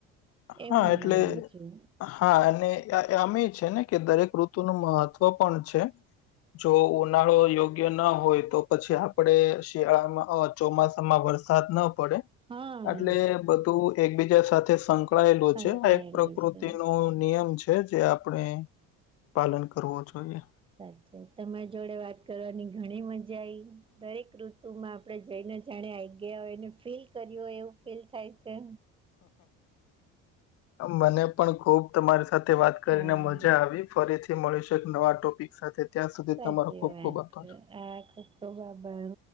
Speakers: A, on the right; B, on the left.
A: એમ
B: હા
A: હું
B: એટલે
A: માનું છું.
B: હા અને અ અમી એ છે ને કે દરેક ઋતુનુ મહત્વ પણ છે. જો ઉનાળો યોગ્ય ન હોય તો પછી આપડે શિયાળામાં અ. ચોમાસામાં વરસાદ ન પડે
A: હા
B: એટલે બધું એકબીજા સાથે સં સંકળાયેલુ
A: સંકળાયેલો
B: છે આ એક પ્રકૃતિ
A: છે
B: નો નિયમ છે. એ છે જે આપણે પાલન કરવું જોઈએ.
A: સાચે તમારી જોડે વાત કરવાની ઘણી મજા આવી દરેક ઋતુમાં આપણે જઈને જાણે આઈ ગયા હોય એને ફીલ કર્યુ હોય એવું ફીલ થાય છે.
B: મને પણ ખુબ તમારી સાથે વાત કરીને
A: હા
B: મજા આવી. ફરીથી મળીશું એક નવા ટોપિક સાથે. ત્યાં સુધી
A: સાચી
B: તમારો ખુબ
A: વાત
B: ખુબ આભાર.
A: છે આ ખ બાબર